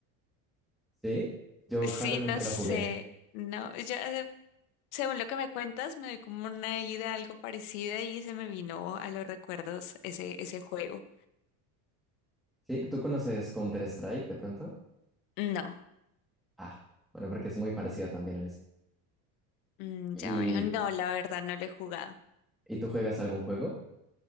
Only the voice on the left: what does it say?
Sí,
no
sé,
no, yo, eh, según lo que me cuentas, me doy como una idea algo parecida y se me vino a los recuerdos ese, ese juego.
No,
mm,
ya veo, no, la verdad no lo he jugado.